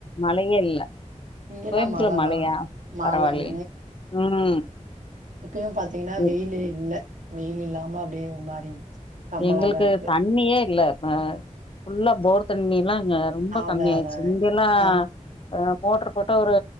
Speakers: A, on the left; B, on the right.
A: மழையே இல்ல
B: இங்கெல்லாம்
A: கோயம்தூல
B: மழ
A: மழையா
B: தான். மழங்க
A: பரவாலையே ம்
B: இப்பயு பாத்தீங்னா
A: எ
B: வெயிலே இல்ல வெயில் இல்லாம அப்டே ஒரு மாரி கம்மலா
A: எங்களுக்கு
B: தான் இருக்கு.
A: தண்ணியே இல்ல ப ஃபுல்லா போர் தண்ணிலா ங்க ரொம்ப
B: அதான்
A: கம்மி ஆயிருச்சு
B: அதாங்க.
A: இங்கெல்லா
B: ஆ.
A: அ மோட்டுர் போட்டா ஒரு